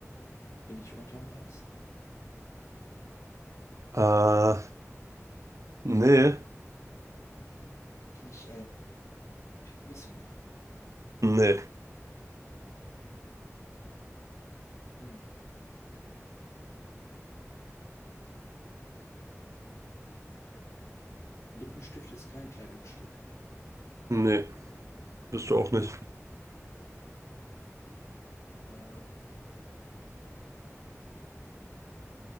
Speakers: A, on the left; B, on the right.
A: Bin ich unterm Hals?
B: Äh, nee.
A: Bin ich ein Piercing?
B: Nee.
A: Hm. Lippenstift ist kein Kleidungsstück.
B: Nee. Bist du auch nicht.
A: Ähm,